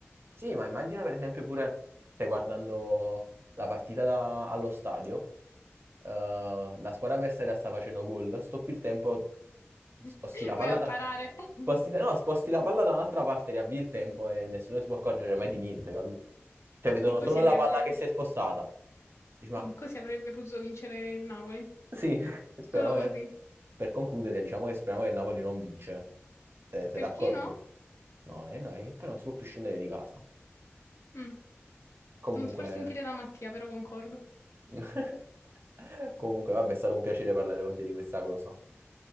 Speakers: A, on the right; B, on the left.
A: sì, ma immagina per esempio pure stai guardando la partita da- allo stadio, eh, la squadra avversaria sta facendo gol, stoppi il tempo,
B: <laughs>
A: sposti la palla
B: Vai a
A: da,
B: parare. <laughs>
A: sposti la- no, sposti la palla da un'altra parte, riavvi il tempo e nessuno si può accorgere mai di niente, capito? Cioè vedono
B: E così
A: solo
B: avrebbe,
A: la palla che si è spostata. Dici,
B: sì,
A: ma
B: così avrebbe potuto vincere il Napoli.
A: Sì, <laughs> speriamo
B: Solo così.
A: che- per concludere, diciamo che speriamo che il Napoli non vince. Se- Sei,
B: Perché
A: d'accordo?
B: no?
A: No, e no, e poi non si può più scendere di casa.
B: Mm,
A: Comunque,
B: Non ti far sentire da Mattia, però concordo.
A: <laughs> comunque, vabbè, è stato un piacere parlare con te di questa cosa.